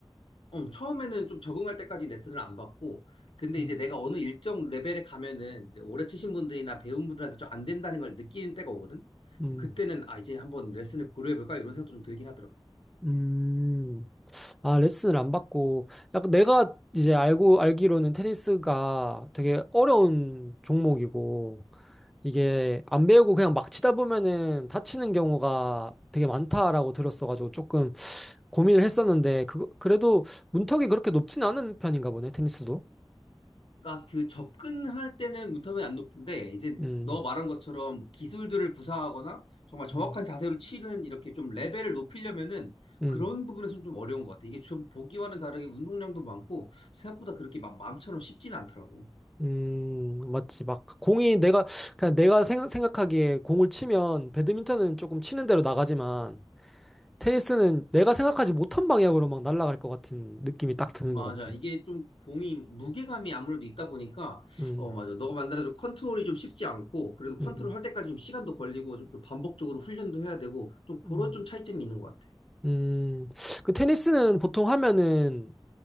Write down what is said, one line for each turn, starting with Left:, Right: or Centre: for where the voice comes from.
Left: 어, 처음에는 좀 적응할 때까지 레슨을 안 받고, 근데
Centre: 음.
Left: 이제 내가 어느 일정 레벨에 가면은 이제 오래 치신 분들이나 배운 분들한테 좀 안 된다는 걸 느끼는 때가 오거든?
Centre: 음.
Left: 그때는 아, 이제 한번 레슨을 고려해볼까? 이런 생각도 좀 들긴 하더라고.
Centre: 음, 아, 레슨을 안 받고, 약간 내가 이제 알고, 알기로는 테니스가 되게 어려운 종목이고, 이게 안 배우고 그냥 막 치다 보면은 다치는 경우가 되게 많다라고 들었어가지고 조금 고민을 했었는데, 그, 그래도 문턱이 그렇게 높진 않은 편인가 보네, 테니스도.
Left: 나 그 접근할 때는 문턱이 안 높은데, 이제
Centre: 음,
Left: 너 말한 것처럼 뭐 기술들을 구사하거나 정말 정확한
Centre: 음,
Left: 자세로 치는 이렇게 좀 레벨을 높이려면은
Centre: 음.
Left: 그런 부분에서는 좀 어려운 것 같아. 이게 좀 보기와는 다르게 운동량도 많고, 생각보다 그렇게 막 마음처럼 쉽진 않더라고.
Centre: 음, 맞지. 막, 공이 내가, 그냥 내가 생, 각하기에 공을 치면, 배드민턴은 조금 치는 대로 나가지만, 테니스는 내가 생각하지 못한 방향으로 막 날아갈 것 같은 느낌이 딱 드는
Left: 맞아.
Centre: 것 같아.
Left: 이게 좀 공이 무게감이 아무래도 있다 보니까
Centre: 음,
Left: 어 맞아. 너가 만들어도 컨트롤이 좀 쉽지 않고 그래도 컨트롤
Centre: 음,
Left: 할 때까지 좀 시간도 걸리고 좀, 좀 반복적으로 훈련도 해야 되고 좀
Centre: 음,
Left: 그런 좀 차이점이 있는 것 같아.
Centre: 음. 그 테니스는 보통 하면은,